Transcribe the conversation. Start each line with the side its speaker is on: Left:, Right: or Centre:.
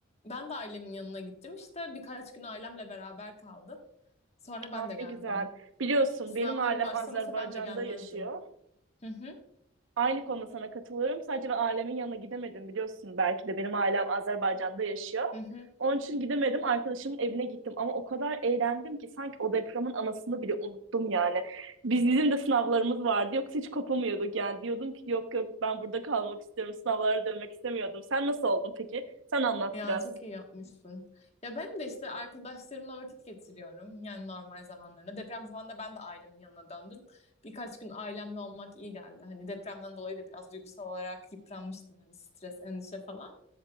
Left: ben de ailemin yanına gittim. İşte birkaç gün ailemle beraber kaldım. Sonra
Right: Aa,
Left: ben de geldim.
Right: ne güzel. Biliyorsun
Left: Sınavlarım
Right: benim ailem
Left: başlamasa
Right: Azerbaycan'da
Left: ben de gelmezdim.
Right: yaşıyor.
Left: Hı hı,
Right: Aynı konuda sana katılıyorum. Sadece ben ailemin yanına gidemedim biliyorsun belki de benim ailem Azerbaycan'da yaşıyor.
Left: hı hı.
Right: Onun için gidemedim. Arkadaşımın evine gittim ama o kadar eğlendim ki sanki o depremin anasını bile unuttum yani. Biz bizim de sınavlarımız vardı. Yoksa hiç kopamıyorduk yani. Diyordum ki yok yok ben burada kalmak istiyorum. Sınavlara dönmek istemiyordum. Sen nasıl oldun peki? Sen anlat
Left: Ya
Right: biraz.
Left: çok iyi yapmışsın. Ya ben de işte arkadaşlarımla vakit geçiriyorum. Yani normal zamanlarında. Deprem zamanında ben de ailemin yanına döndüm. Birkaç gün ailemle olmak iyi geldi. Hani depremden dolayı da biraz duygusal olarak yıpranmıştım. Hani stres, endişe falan.